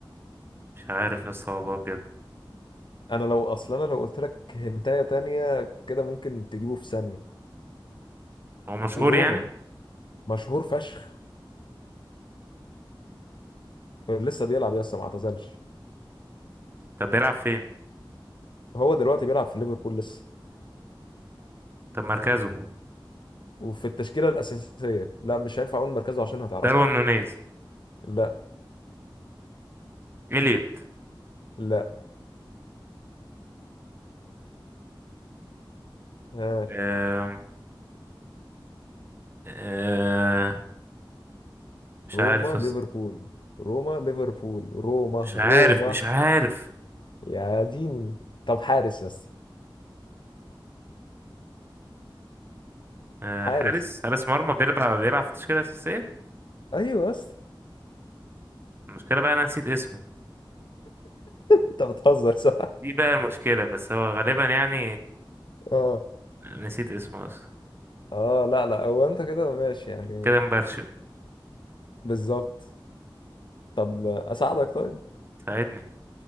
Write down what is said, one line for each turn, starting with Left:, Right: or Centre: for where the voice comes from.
Right: مش عارف يا اسطى والله بجد
Left: انا لو اصلا انا لو قلت لك هنتايه تانية كده ممكن تجيبه في ثانيه
Right: هو مشهور
Left: روما
Right: يعني
Left: مشهور فشخ لسه بيلعب يا اسطى ما اعتزلش
Right: طب بيلعب فين
Left: هو دلوقتي بيلعب في ليفربول لسه
Right: طب مركزه
Left: وفي التشكيله الاساسيه لا مش هينفع اقول مركزه عشان هتعرفه
Right: داروين نونيز
Left: لا
Right: إليوت
Left: لا ها
Right: آه آه مش عارف
Left: روما
Right: يا اسطى.
Left: ليفربول روما ليفربول روما
Right: مش عارف
Left: روما
Right: مش عارف
Left: يا ديني طب حارس يا اسطى
Right: آه
Left: حارس
Right: حارس حارس مرمى بيلعب بيلعب في التشكيلة الأساسية
Left: ايوه يا اسطى
Right: المشكلة بقى أنا نسيت اسمه
Left: انت بتهزر صح
Right: دي بقى المشكلة بس هو غالبا يعني
Left: اه
Right: نسيت اسمه اصلا
Left: اه لا لا هو انت كده ماشي يعني
Right: كده مبرشم
Left: بالظبط طب اساعدك طيب
Right: ساعدني